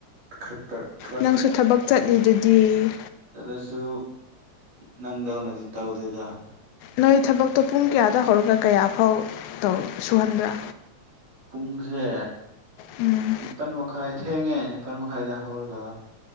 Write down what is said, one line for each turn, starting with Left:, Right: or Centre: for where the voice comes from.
Right: ꯈ ꯈꯔ
Left: ꯅꯪꯁꯨ ꯊꯕꯛ
Right: ꯇꯧꯔꯁꯨ
Left: ꯆꯠꯂꯤꯗꯨꯗꯤ
Right: ꯆꯠꯂꯁꯨ ꯅꯪꯗꯧꯅꯗꯤ ꯏ ꯇ ꯍꯧꯗꯦꯗ
Left: ꯅꯣꯏ ꯊꯕꯛꯇꯣ ꯄꯨꯡ ꯀꯌꯥꯗ ꯍꯧꯔꯒ ꯀꯌꯥꯐꯥꯎ ꯇꯧ ꯁꯨꯍꯟꯕ꯭ꯔꯥ
Right: ꯄꯨꯡꯨꯡꯁꯦ
Left: ꯎꯝ
Right: ꯅꯤꯄꯟ ꯃꯈ ꯏ ꯊꯦꯒꯦꯅꯤ ꯄꯃꯈꯥꯏꯗ ꯍꯔꯒ